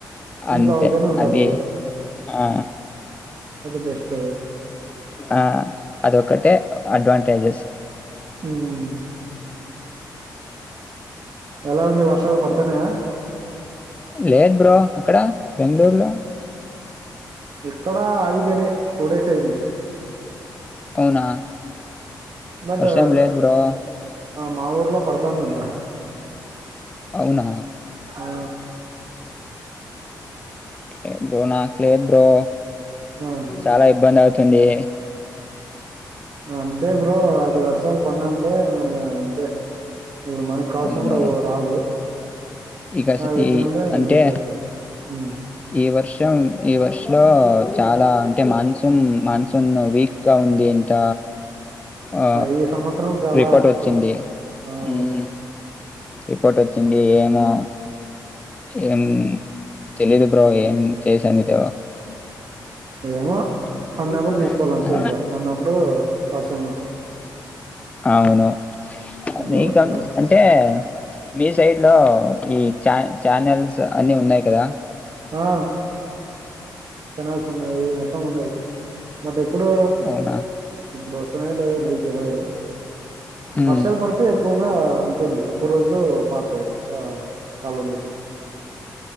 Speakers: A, on the right (about 55°); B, on the left (about 15°).
A: ఇంట్లో
B: అంతే
A: వాళ్ళతోనే ఉంటారు
B: అది ఆ
A: అది బెస్ట్
B: ఆ అదొక్కటే అడ్వాంటేజెస్
A: హమ్మ్ ఎలా ఉంది వర్షాలు పడతన్నాయ
B: లేదు బ్రో అక్కడ బెంగళూరులో
A: ఇక్కడ ఆగిపోనా డేస్ అయింది
B: అవునా
A: బట్
B: వర్షం లేదు బ్రో
A: మా ఊర్లో పడతాందింటా
B: అవునా
A: ఆ
B: ఎబ్రో నా కలే ఎబ్రో
A: ఆ
B: చాలా ఇబ్బంద స్తది
A: అంతే బ్రో అది వర్షాలు పన్నప్పుడే మన అంతే ఇప్పుడు మనం కాసన
B: అవును
A: కూడా రాదు
B: ఇక
A: అవి వచ్చినప్పుడే
B: ఈ
A: మనం
B: అంటే
A: ఇచ్చేస్తాం ఉమ్.
B: ఈ వర్ష కొం ఈ వర్ష లో చాలా అంటే మాన్సూన్ మాన్సూన్ వీక్ గా ఉంది ఇంత ఆ
A: ఈ సంవత్సరం చాలా
B: రిపోర్ట్
A: తక్కువ
B: వచ్చింది
A: ఆ
B: ఉమ్
A: అవును
B: రిపోర్ట్ వచ్చింది ఏమో ఏం తెలిదు బ్రో ఏం చేసాందిద
A: ఏమో
B: <inaudible>
A: పడినప్పుడు తీసుకోవాలి అంతే ఇంకా పడినప్పుడు వర్షంలో
B: అవును
A: ఇంకా
B: మీక
A: వచ్చినప్పుడు
B: అంటే మీ సైడ్ లో ఈ చా ఛానల్స్ అన్ని ఉన్నాయి కదా
A: ఆ కనాల్స్ ఉన్నాయి మొత్తం ఉన్నాయి మ ఇప్పుడు
B: అవునా
A: ఇప్పుడు వస్తున్నాయి లేదా నీరు తెల్వదు
B: ఉమ్
A: వర్షాలు పడితే ఎక్కువగా ఉంటుంది ఎక్కువ రోజులు పడతాయి కాలవులు